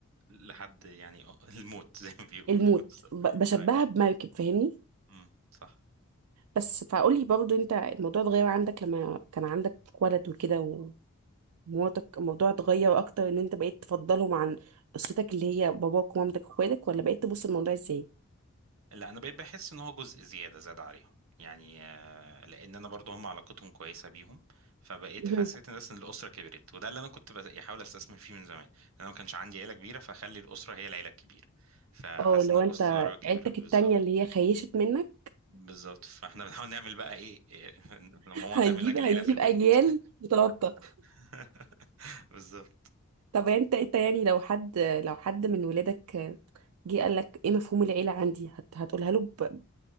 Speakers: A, on the right; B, on the right.
A: لحد يعني اه <laughs> الموت زي ما بيقولوا
B: الموت
A: بالظبط
B: ب- بشبهها
A: اي
B: بمركب فاهمني
A: امم صح
B: بس فقولي برضو انت الموضوع اتغير عندك لما كان عندك ولد وكده ومراتك الموضوع اتغير اكتر ان انت بقيت تفضلهم عن قصتك اللي هي باباك ومامتك واخواتك ولا بقيت تبص الموضوع ازاي
A: لا انا بقيت بحس ان هو جزء زياده زاد عليهم يعني آه، لان انا برضو هم علاقتهم كويسه بيهم فبقيت
B: مهم.
A: حسيت ان بس ان الاسره كبرت وده اللي انا كنت بحاول استثمر فيه من زمان انا ما كانش عندي عيله كبيره فخلي الاسره هي العيله الكبيره فحاسس
B: اه لو
A: ان الاسره
B: انت
A: كبرت
B: عيلتك
A: بالظبط
B: التانية اللي هي خيشت منك
A: بالظبط فاحنا بنحاول نعمل بقى ايه إيه، <laughs> لما
B: <laughs>
A: ماما
B: هنجيب
A: تعمل لك
B: هنجيب
A: العيله في البيت
B: اجيال متوطة
A: <laughs> بالظبط
B: طب انت انت يعني لو حد لو حد من ولادك جه قال لك ايه مفهوم العيلة عندي هت هتقولها له ب-